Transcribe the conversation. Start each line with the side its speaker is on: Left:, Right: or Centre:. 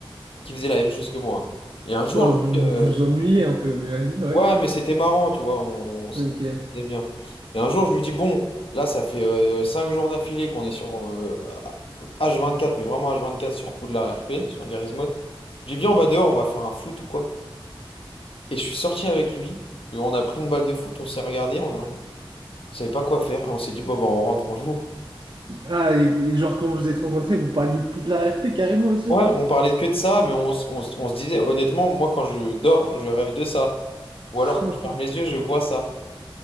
Left: qui faisait la même chose que moi. Et un jour,
Right: Ah,
Left: lui,
Right: vous
Left: euh,
Right: vous vous ennuyez un peu, mais vas-y, ouais.
Left: Ouais, mais c'était marrant, tu vois, on, on s-
Right: Ok.
Left: on s'amusait bien. Et un jour, je lui dis, bon, là, ça fait euh, 5 jours d'affilée qu'on est sur euh, H24, mais vraiment H24 sur Poudlard RP, sur Garry's Mod. Je dis, viens, on va dehors, on va faire un foot ou quoi. Et je suis sorti avec lui, et on a pris une balle de foot, on s'est regardé, on, a- on savait pas quoi faire, et on s'est dit, bon, bah, on rentre, on joue.
Right: Ah, et, et genre quand vous êtes rencontrés, vous parliez de Poudlard RP carrément aussi?
Left: Ouais, on parlait que de ça, mais on, s- on s- on se disait, honnêtement, moi, quand je dors, je rêve de ça. Ou
Right: <laughs>
Left: alors, quand je ferme les yeux, je vois ça.